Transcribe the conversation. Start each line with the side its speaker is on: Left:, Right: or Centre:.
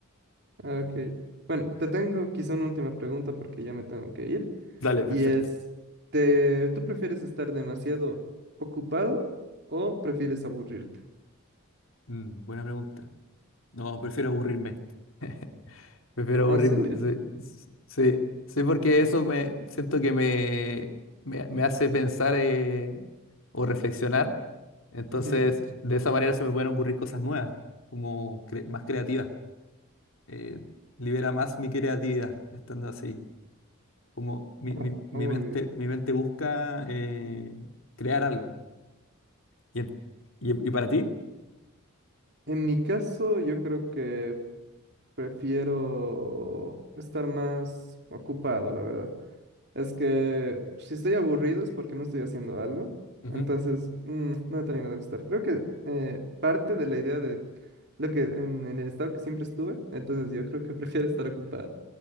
Right: ok. Bueno, te tengo quizá una última pregunta porque ya me tengo que ir.
Left: Dale,
Right: Y
Left: perfecto.
Right: es, ¿te, tú prefieres estar demasiado ocupado o prefieres aburrirte?
Left: Mm, buena pregunta. No, prefiero aburrirme. <laughs> Prefiero aburrirme.
Right: Ah, sí.
Left: Sí, sí, sí, porque eso me siento que me, me, me hace pensar eh, o reflexionar. Entonces,
Right: <laughs> ujú,
Left: de esa manera se me pueden ocurrir cosas nuevas, como cre- más creativas. Eh, libera más mi creatividad estando así. Como mi,
Right: a-
Left: mi- mi
Right: Aburrido.
Left: mente, mi mente busca eh, crear algo. ¿Y, en- y- y para ti?
Right: En mi caso, yo creo que prefiero estar más ocupado, la verdad. Es que si estoy aburrido es porque no estoy haciendo algo.
Left: Ujú.
Right: Entonces,
Left: <laughs>
Right: mm, no me termina de gustar. Creo que eh, parte de la idea de lo que en, en el estado que siempre estuve, entonces yo creo que <laughs> prefiero estar ocupado.